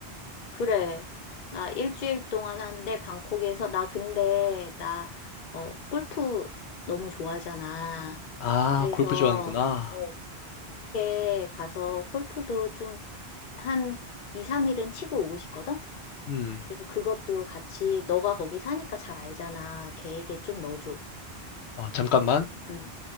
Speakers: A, on the left (about 55°); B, on the left (about 80°).
A: 그래. 나 일주일 동안 한데 방콕에서 나 근데 나 어, 골프 너무 좋아하잖아.
B: 아,
A: 그래서
B: 골프 좋아하는구나.
A: 어, 이렇게 가서 골프도 좀 한 2, 3일은 치고 오고 싶거든?
B: 음.
A: 그래서 그것도 같이 너가 거기 사니까 잘 알잖아. 계획에 좀 넣어줘.
B: 어, 잠깐만.
A: 응.